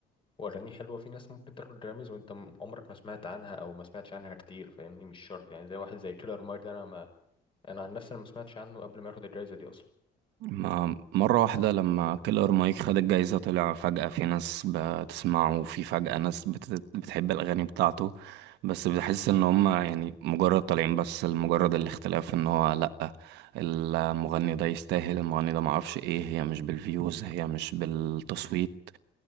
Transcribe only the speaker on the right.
ما مرة واحدة لما كيلر مايك خد الجايزة طلع فجأة في ناس بتسمعه وفي فجأة ناس بت- بتحب الأغاني بتاعته بس بحس إن هما يعني مجرد طالعين بس لمجرد الاختلاف إن هو لأ المغني ده يستاهل المغني ده معرفش إيه هي مش بالفيوز هي مش بالتصويت